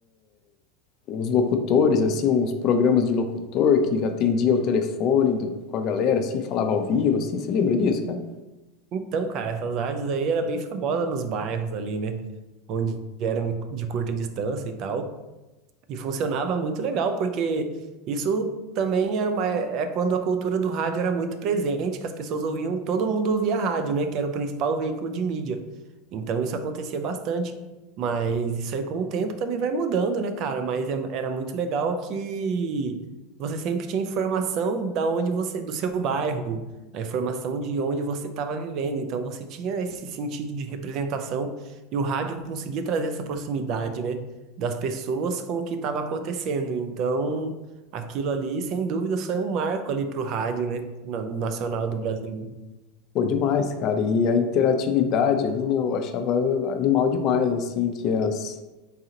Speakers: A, on the left; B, on the right.
A: uns locutores assim, uns programas de locutor que atendia o telefone do- com a galera assim, falava ao vivo assim, você lembra disso, cara?
B: Então, cara, essas rádios aí era bem famosa nos bairros ali, né? Onde eram de curta distância e tal. E funcionava muito legal, porque isso também era uma, é quando a cultura do rádio era muito presente, que as pessoas ouviam, todo mundo ouvia rádio, né? Que era o principal veículo de mídia. Então isso acontecia bastante. Mas isso aí com o tempo também vai mudando, né, cara? Mas é- era muito legal que você sempre tinha informação da onde você, do seu bairro, a informação de onde você estava vivendo. Então você tinha esse sentido de representação e o rádio conseguia trazer essa proximidade, né? das pessoas com o que estava acontecendo. Então, aquilo ali, sem dúvida, foi um marco ali para o rádio, né, na- nacional do Brasil.
A: Pô, demais, cara. E a interatividade ali, né, eu achava animal demais, assim, que as,